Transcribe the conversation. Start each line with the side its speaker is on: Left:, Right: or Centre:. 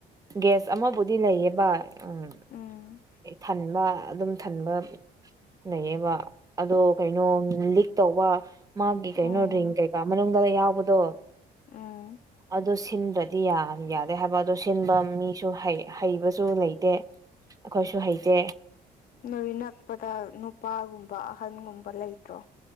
Right: ꯒꯦꯁ ꯑꯃꯕꯨꯗꯤ ꯂꯩꯌꯦꯕ ꯎꯝ
Left: ꯎꯝ
Right: ꯄꯤꯛ ꯊꯟꯕ ꯑꯗꯨꯝ ꯊꯟꯕ ꯂꯩꯌꯦꯕ ꯑꯗꯣ ꯀꯩꯅꯣ ꯂꯤꯛ ꯇꯧꯕ ꯃꯥꯒꯤ ꯀꯩꯅꯣ
Left: ꯎꯝ
Right: ꯔꯤꯡ ꯀꯩꯀꯥ ꯃꯅꯨꯡꯗꯒ ꯌꯥꯎꯕꯗꯣ
Left: ꯎꯝ
Right: ꯑꯗꯨ ꯁꯤꯟꯗ꯭ꯔꯗꯤ ꯌꯥ ꯌꯥꯗꯦ ꯍꯥꯏꯕ ꯑꯗꯨ ꯁꯤꯟꯕ ꯃꯤꯁꯨ ꯍꯩ ꯍꯩꯕꯁꯨ ꯂꯩꯇꯦ ꯑꯈꯣꯏꯁꯨ ꯍꯩꯇꯦ
Left: ꯅꯣꯏ ꯅꯛꯄꯗ ꯅꯨꯄꯥꯒꯨꯝꯕ ꯑꯍꯟꯒꯨꯝꯕ ꯂꯩꯇ꯭ꯔꯣ